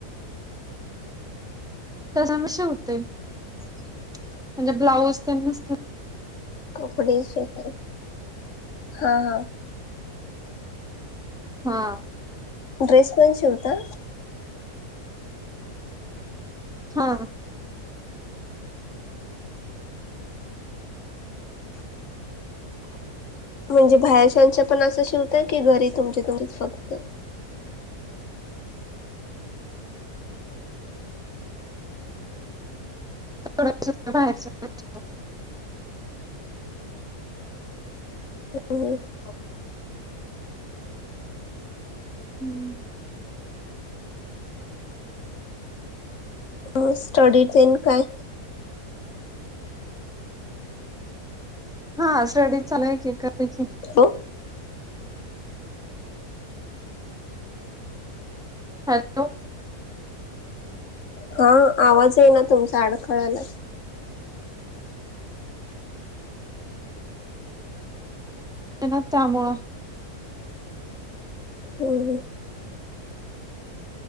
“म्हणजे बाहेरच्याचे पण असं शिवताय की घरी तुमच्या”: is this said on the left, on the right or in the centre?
Left